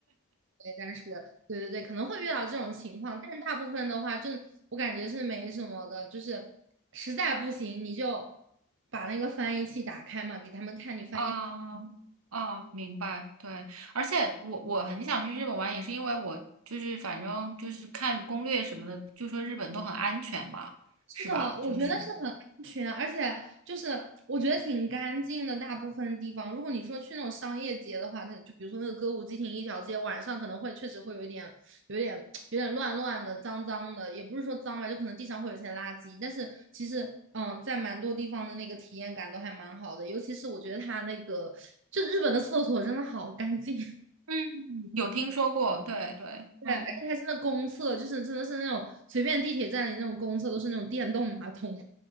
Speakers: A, on the right (about 55°); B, on the right (about 85°).
A: 对但是对对对，可能会遇到这种情况，但是大部分的话，就我感觉是没什么的，就是实在不行你就把那个翻译器打开嘛，给他们看你翻译。
B: 啊啊，明白，对，而且我我很想去日本玩，也是因为我就是反正就是看攻略什么的，就说日本都很安全嘛，
A: 是的，
B: 是吧？
A: 我觉得是很安全，
B: 就是
A: 而且就是我觉得挺干净的。大部分地方，如果你说去那种商业街的话，它就比如说那个歌舞伎町一条街，晚上可能会确实会有一点、有点、有点乱乱的、脏脏的，也不是说脏吧，就可能地上会有一些垃圾。但是其实，嗯，在蛮多地方的那个体验感都还蛮好的，尤其是我觉得它那个，就日本的厕所真的好干净，<laughs>
B: 嗯，有听说过，对对，
A: 对，
B: 嗯，
A: 而且它真的公厕，就是真的是那种随便地铁站里那种公厕都是那种电动马桶，